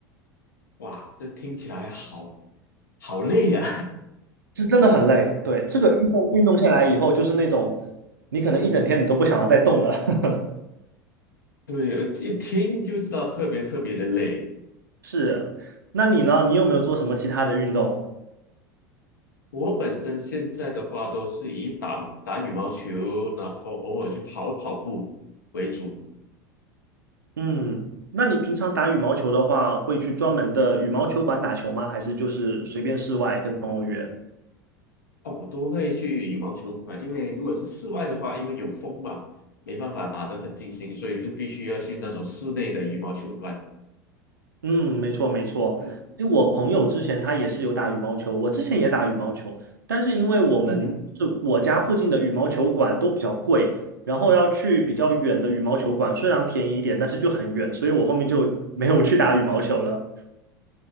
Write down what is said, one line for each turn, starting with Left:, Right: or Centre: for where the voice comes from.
Left: 哇，这听起来好好累呀、
Right: 是真的很累。对，这个运动运动下来以后，就是那种你可能一整天你都不想要再动了。<laughs>
Left: <laughs> 对，一听就知道特别特别的累。
Right: 是，那你呢？你有没有做什么其他的运动？
Left: 我本身现在的话都是以打打羽毛球，然后偶尔去跑跑步为主。
Right: 嗯，那你平常打羽毛球的话，会去专门的羽毛球馆打球吗？还是就是随便室外跟朋友约？
Left: 哦，我都会去羽毛球馆，因为如果是室外的话，因为有风嘛，没办法打得很尽兴，所以就必须要去那种室内的羽毛球馆。
Right: 嗯，没错没错。
Left: 嗯
Right: 因为我朋友之前他也是有打羽毛球，我之前也打羽毛球，但是因为我们就我家附近的羽毛球馆都比较贵，
Left: 嗯哼，
Right: 然后要去比较远的羽毛球馆，虽然便宜一点，但是就很远，所以我后面就没有去打羽毛球了。